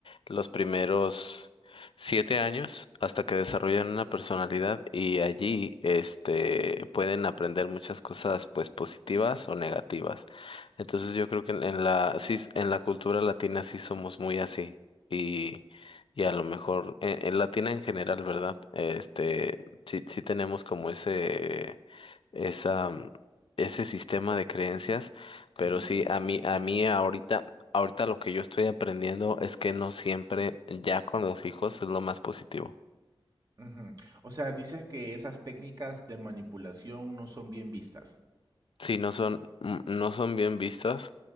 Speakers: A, on the left (about 65°); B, on the right (about 40°).
A: los primeros siete años hasta que desarrollan una personalidad y allí, este, pueden aprender muchas cosas, pues positivas o negativas. Entonces yo creo que en, en la sí, s- en la cultura latina sí somos muy así y, y a lo mejor en, en latina en general, ¿verdad? Este sí sí tenemos como ese esa mm, ese sistema de creencias, pero
B: ujú,
A: sí a mí a mí ahorita ahorita lo que yo estoy aprendiendo es que no siempre ya con los hijos es lo más positivo.
B: ujú. O sea, dices que esas técnicas de manipulación no son bien vistas.
A: Sí, no son mm, no son bien vistas